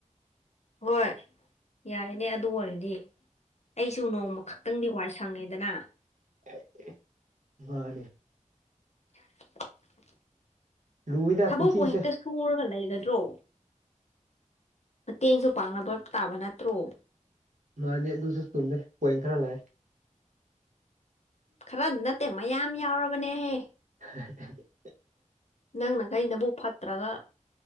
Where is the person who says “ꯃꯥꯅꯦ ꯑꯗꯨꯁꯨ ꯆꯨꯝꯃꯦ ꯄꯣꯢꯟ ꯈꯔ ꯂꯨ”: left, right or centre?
Right